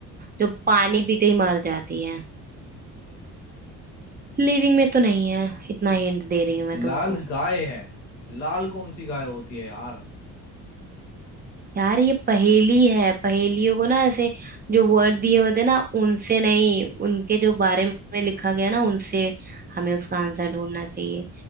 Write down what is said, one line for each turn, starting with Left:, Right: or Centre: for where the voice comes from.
Right: जो पानी पीते ही मर जाती है लिविंग में तो नहीं है इतना हिंट दे रही हूँ मैं
Left: लाल
Right: तुमको
Left: गाय है लाल कौन सी गाय होती है यार
Right: यार ये पहेली है पहेलियों को ना ऐसे जो वर्ड दिए होते हैं ना उनसे नहीं उनके जो बारे में लिखा गया ना उनसे हमें उसका आंसर ढूंढना चाहिए